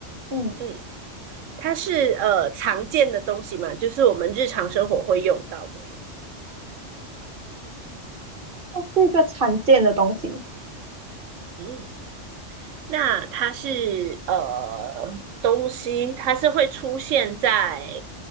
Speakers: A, on the right; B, on the right.
A: 嗯
B: 嗯，它是呃常见的东西嘛，就是我们日常生活会用到的嘛。
A: 它是一个常见的东西。
B: 嗯，那它是呃东西，它是会出现在